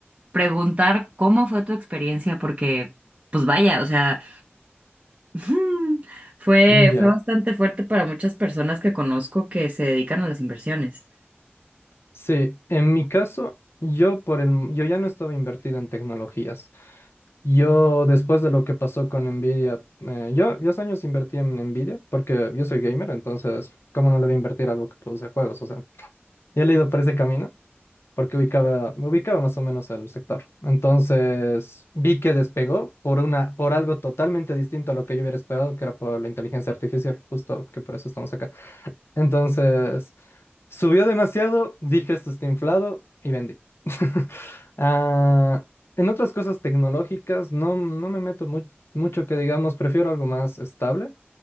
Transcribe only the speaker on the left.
Ya,
sí, en mi caso, yo por el, m- yo ya no estaba invertido en tecnologías. Yo después de lo que pasó con Nvidia, eh, yo, yo hace años invertí en Nvidia porque yo soy gamer, entonces, ¿cómo no le voy a invertir a algo que produce juegos? O sea, ya le he ido por ese camino. porque ubicaba, me ubicaba más o menos al sector. Entonces vi que despegó por una, por algo totalmente distinto a lo que yo hubiera esperado, que era por la inteligencia artificial, justo que por eso estamos acá. Entonces subió demasiado, dije esto está inflado y vendí. <laughs> Ah, en otras cosas tecnológicas no, no me meto mu- mucho que digamos, prefiero algo más estable